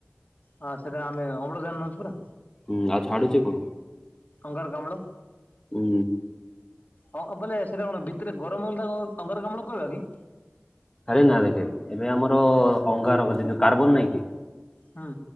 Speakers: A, on the left; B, on the left.
A: ହଁ ସେଇଟା ଆମେ ଅମ୍ଳଜାନ ନଉଛୁୁ ପରା।
B: ହୁଁ ଆଉ ଛାଡ଼ୁଛି କଣ।
A: ଅଙ୍ଗାରକାମ୍ଳ।
B: ହୁଁ।
A: ହଁ ଅ ବୋଲେ ସେଇଟା କଣ ଭିତରେ ଗରମ ହେଲେ କଣ ଅଙ୍ଗାରକାମ୍ଳ କୁହାଯାଏ କି?
B: ଆରେ ନା ଦେଖେ ଏବେ ଆମର ଅଙ୍ଗାରକ ଯେମୁ କାର୍ବନ ନାଇଁ କି।
A: ହଁ।